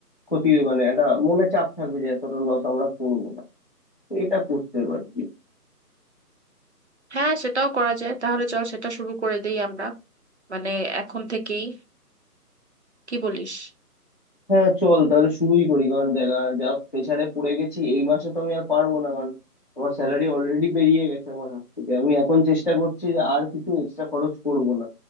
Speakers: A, on the left; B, on the right.
A: ক্ষতি মানে একটা মনে চাপ থাকবে যে এতটা লস আমরা করবো না তো এটা করতে পারি
B: হ্যাঁ সেটাও করা যায় তাহলে চল সেটা শুরু করে দেই আমরা মানে এখন থেকেই কি বলিস
A: হ্যাঁ চল তাহলে শুরুই করি কারণ দেখা যা প্রেসারে পড়ে গেছি এই মাসে তো আমি আর পারবো না কারণ আমার স্যালারি অলরেডি বেরিয়ে গেছে আমার হাত থেকে আমি এখন চেষ্টা করছি যে আর কিছু এক্সট্রা খরচ করব না